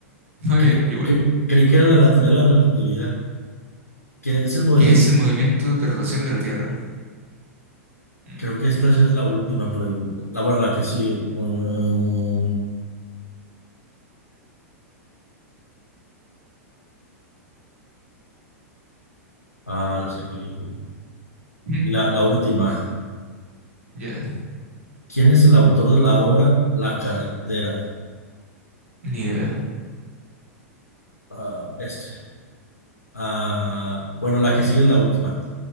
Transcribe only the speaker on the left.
Cre-
cre- creí que era la lateral de la relatividad. ¿Qué es el movimiento?
Creo
que esta ya es la última pregunta. La, bueno, la que sigue. Mm, ah, la saqué bien.
Y la, la última.
¿Quién es el autor de la obra La carretera?
Ah, este. Ah, bueno, la que sigue es la última,